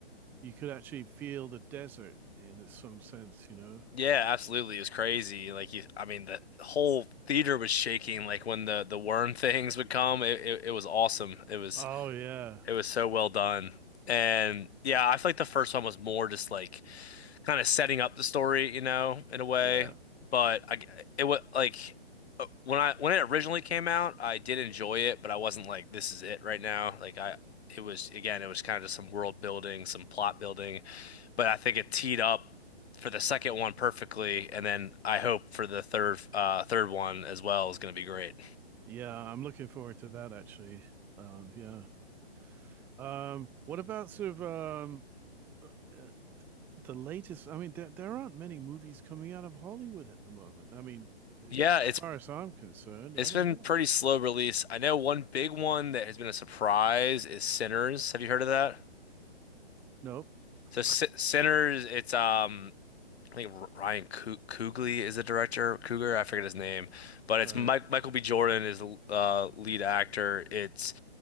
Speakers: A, in the centre; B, on the left.
A: you could actually feel the desert in some sense, you know.
B: Yeah, absolutely, it was crazy. Like you, I mean, the whole theater was shaking. Like when the the worm <laughs> things would come, it, it it was awesome. It was
A: Oh yeah,
B: it was so well done, and yeah, I feel like the first one was more just like kind of setting up the story, you know, in a way.
A: yeah,
B: But I, it was like uh, when I when it originally came out, I did enjoy it, but I wasn't like this is it right now. Like I, it was again, it was kind of just some world building, some plot building. But I think it teed up for the second one perfectly, and then I hope for the third uh third one as well is going to be great.
A: yeah. I'm looking forward to that actually. Um, yeah. Um, what about sort of um, uh, uh, the latest? I mean, there there aren't many movies coming out of Hollywood at the moment. I mean, eh,
B: Yeah, it's
A: as far as I'm concerned,
B: it's
A: I don't
B: been
A: know.
B: pretty slow release. I know one big one that has been a surprise is Sinners. Have you heard of that?
A: Nope.
B: So S
A: <laughs> All
B: Sinners, it's um I think R- Ryan Coo- Coogler is the director. Cougar, I forget his name, but it's
A: right.
B: Mike Michael B. Jordan is the uh, lead actor. It's